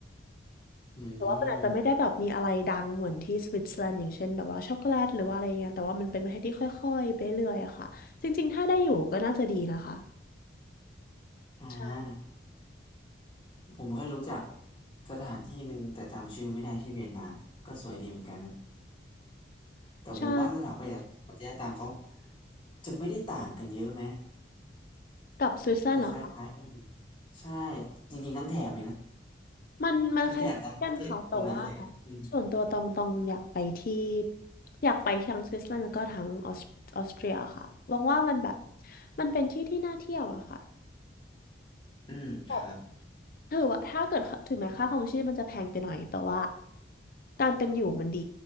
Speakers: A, on the left; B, on the left.
A: อืม
B: แต่ว่ามันอาจจะไม่ได้แบบมีอะไรดังเหมือนที่สวิตเซอร์แลนด์อย่างเช่นแบบว่าช็อกโกแลตหรือว่าอะไรอย่างเงี้ยแต่ว่ามันเป็นประเทศที่ค่อยๆไปเรื่อยๆอะค่ะจริงๆถ้าได้อยู่ก็น่าจะดีนะคะ
A: อ่า
B: ใช่
A: ผมแค่รู้จักสถานที่หนึ่งแต่จำชื่อไม่ได้ที่เวียนนาก็สวยดีเหมือนกันนะ แต่ผมว่าสถาปัตยปรัตยกรรมเขา
B: ใช่
A: จะไม่ได้ต่างกันเยอะไหม
B: กับสวิตเซอร์แลนด์เหรอคะ
A: จะคล้ายๆกันอยู่ใช่จริงๆทั้งแถบเลยนะ
B: มันมันคล้ายกันค่ะแต่ว่า
A: ทั้งแถบทั้งประเทศตรงนั้นเลยอะอืม
B: ส่วนตัวตองตองอยากไปที่อยากไปทั้งสวิตเซอร์แลนด์แล้วก็ทั้งออสออสเตรียค่ะมองว่ามันแบบมันเป็นที่ที่น่าเที่ยวอะค่ะ
A: อืมครับ
B: แบบถือว่าถ้าเกิดถึงแม้ค่าครองชีพมันจะแพงไปหน่อยแต่ว่าการเป็นอยู่มันดี